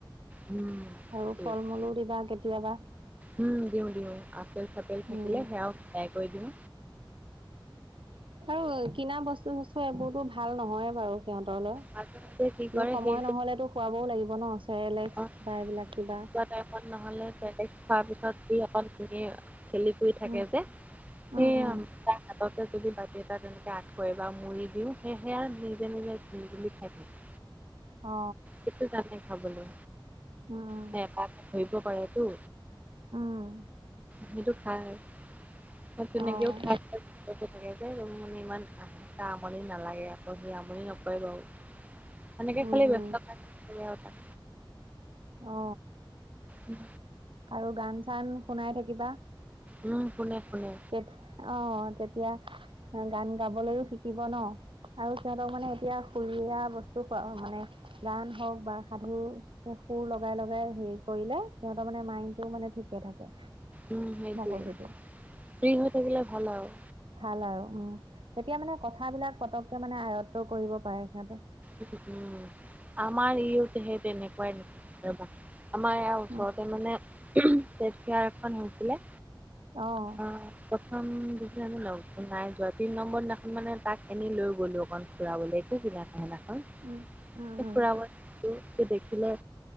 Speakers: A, on the right; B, on the right.
A: উম
B: আৰু
A: সেইটোৱে।
B: ফল-মূলো দিবা কেতিয়াবা।
A: উম দিও দিও আপেল চাপেল থাকিলে
B: উম
A: সেয়াও সিজাই কৰি দিও।
B: আৰু কিনা বস্তু চস্তু এইবোৰতো ভাল নহয় বাৰু সিহঁতলে
A: মাজে মাজে কি
B: কিন্তু
A: কৰে
B: সময়
A: সি
B: নহলেতো খুৱাবও লাগিব ন' চেৰেলেক্স
A: অ
B: বা এইবিলাক কিবা
A: খোৱা টাইমত নহলে চেৰেলেক্স খোৱাৰ পিছত যি অকন এনে খেলি কৰি থাকে
B: উম
A: যে,
B: উম
A: সেইয়া
B: উম
A: তা হাততে যদি বাতি এটা তেনেকে আকৌ এবাৰ মুৰি দিও সেই সেইয়া নিজে নিজে তুলি তুলি খাই থাকে।
B: অ
A: সেইটো জানেই খাবলে
B: উম,
A: সে তাত ধৰিব পাৰেতো।
B: উম
A: সেইটো খায় সেই তেনেকেও
B: অ',
A: খায় থাকো। থাকে যে মোৰ মানে ইমান এটা আমনি নালাগে আকৌ সি আমনি নকৰে বাও তেনেকে
B: উম,
A: খালি ব্যস্ততা
B: উম।
A: নাথাকে আও তাত
B: অ
A: উম
B: আৰু গান চান শুনাই থাকিবা।
A: উম, শুনে শুনে।
B: তেত অ তেতিয়া গান গাবলৈও শিকিব ন। আৰু সিহঁতক মানে এতিয়া সুৰীয়া বস্তু খোৱা মানে গান হওঁক বা সাধু হে সুৰ লগাই লগাই হেৰি কৰিলে সিহঁত তাৰমানে, মাইণ্ডটোও মানে ঠিকে থাকে।
A: উম সেইটোৱে,
B: মগজুটো
A: ফ্ৰী হৈ থাকিলে ভাল আৰু।
B: ভাল আৰু উম তেতিয়া মানে কথাবিলাক পতককে মানে আয়ত্ব কৰিব পাৰে সিহঁতে।
A: উ উম আমাৰ ইও সেই তেনেকোৱাই ৰবা। আমাৰ ইয়াৰ ওচৰতে
B: উম,
A: মানে উহুম হেলথ কেয়াৰ এখন হৈছিলে।
B: অ
A: উ প্ৰথম দিনা আমি লগত নাই যোৱা, তিনি নম্বৰ দিনাখন মানে তাক এনেই লৈ গ'লো অকণ। ফুৰাবলৈ, একো কিনা নাই সেইদিনাখন
B: উম, উম,
A: অকল
B: উম,
A: ফুৰাব নিলো সি দেখিলে